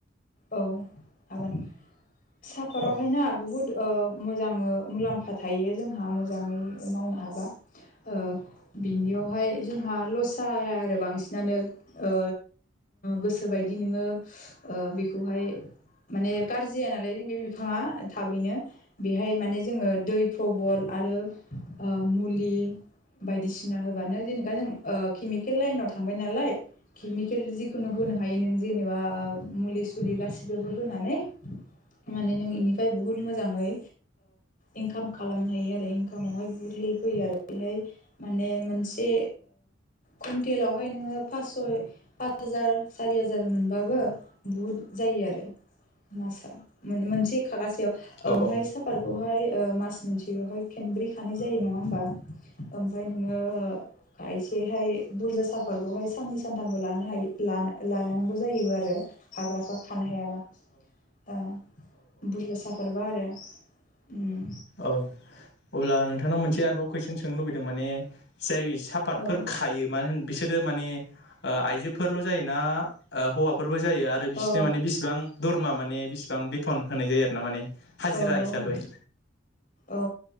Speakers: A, on the left (about 45°); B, on the left (about 65°).
A: औ हागोन साफादावहाय
B: औ
A: ना बुहुत ओ मोजाङै मुलाम्फा थायो जोंहा मोजाङै मावनो हाबा ओ बिनियावहाय जोंहा लस जाया आरो बांसिनानो ओ गोसोबायदि नोङो ओ बेखौहाय माने गाज्रि जाया नालाय बे बिफाङा थाबैनो बेहाय माने जोङो दै प्रबल आरो ओ मुलि बायदिसिना होबानो जेनबा जों केमिकेल लाइनाव थांबाय नालाय केमिकेल जिखुनु होनो हायो नों जेनबा मुलि सुलि गासिबो होनानै माने नों बेनिफ्राय बुहुत मोजाङै इनकाम खालामनो हायो आरो इनकामावहाय बुहुत फैयो आरो बेहाय माने मोनसे कुन्टेलावहाय नोङो पास हाजार सारि हाजार मोनबाबो बहुद जायो आरो मासाव मोनसे खागासेयाव
B: औ-औ-औ-औ-औ-औ-औ-औ-औ-औ-औ-औ-औ
A: ओमफ्राय साफादखौहाय मास मोनसेयावहाय खेनब्रै खानाय जायो नङा होमबा ओमफ्राय नोङो ओ खायसे हारि <unintelligible> सानथामबो ला <unintelligible> हायो लानांगौ जायोबो आरो खाग्राफा खा हायाबा ओ बुरजा सफारबा आरो उम
B: औ अब्ला नोंथांनाव मोनसे आरोबाव कुइसन सोंनो लुबैदों माने जाय साफातफोर
A: औ
B: खायो मानो होन बिसोरो मानि ओ आइजोफोरल' जायोना हौवाफोर जायो आरो बिसोरनि
A: ओ
B: माने बिसेबां दरमा माने बिसेबां बेथन होनाय जायो आरो ना माने हाजिरा
A: औ
B: हिसाबै
A: औ